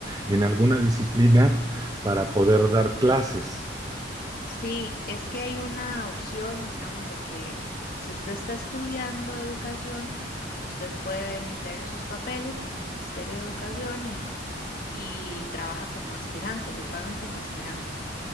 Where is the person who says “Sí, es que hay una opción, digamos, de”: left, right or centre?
Left